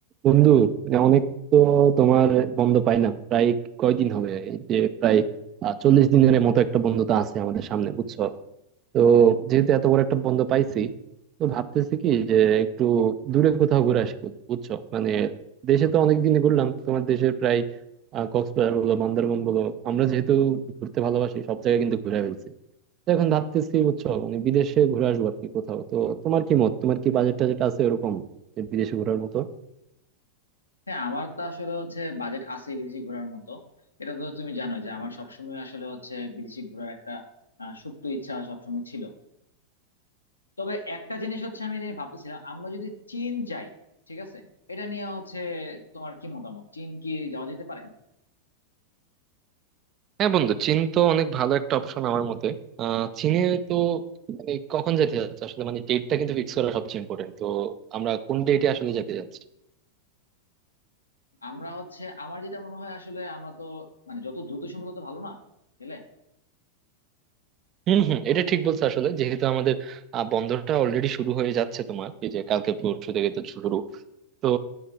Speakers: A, on the right (about 35°); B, on the left (about 80°).
A: বন্ধু মানে অনেক তো তোমার বন্ধ পাইলাম প্রায় কয়দিন হবে এই যে প্রায় আহ, চল্লিশ দিনের মতো একটা বন্ধ তো আছে আমাদের সামনে বুঝছো তো যেহেতু এত বড় একটা বন্ধ পাইছি তো ভাবতেছি কি যে একটু দূরে কোথাও ঘুরে আসি বন্ধু, বুঝছো মানে দেশে তো অনেক দিনই ঘুরলাম তোমার দেশের প্রায় আহ, কক্সবাজার বলো বান্দরবন বলো আমরা যেহেতু ঘুরতে ভালোবাসি সব জায়গায় কিন্তু ঘুরে ফেলছি তো এখন ভাবতেছি বুঝছো মানে বিদেশে ঘুরে আসবো আর কি কোথাও তো তোমার কি মত তোমার কি বাজেট টাজেট আছে এরকম যে বিদেশে ঘোরার মতো
B: হ্যাঁ আমার তো আসলে হচ্ছে বাজেট আছে বিদেশি ঘোরার মতো এটা তো তুমি জানো যে আমার সবসময় আসলে হচ্ছে বিদেশি ঘোরার একটা আহ, সুপ্ত ইচ্ছা সবসময় ছিল তবে একটা জিনিস হচ্ছে আমি যেটা ভাবতেছিলাম আমরা যদি চীন যাই ঠিক আছে এটা নিয়ে হচ্ছে তোমার কি মতামত চীন কি যাওয়া যেতে পারে
A: হ্যাঁ বন্ধু চীন তো অনেক ভালো একটা অপশন আমার মতে আহ চীনে তো মানে কখন যেতে যাচ্ছে আসলে মানে ডেটটা কিন্তু ফিক্স করা সবচেয়ে ইম্পর্টেন্ট তো আমরা কোন ডেটে আসলে যেতে যাচ্ছি
B: আমরা হচ্ছে আমার যেটা মনে হয় আসলে আমরা তো মানে যত দ্রুত সম্ভব তত ভালো না গেলে
A: হম হম এটা ঠিক বলছো আসলে যেহেতু আমাদের আহ, বন্ধটা অলরেডি শুরু হয়ে যাচ্ছে তোমার এই যে কালকে পরশু থেকে তো শুরু তো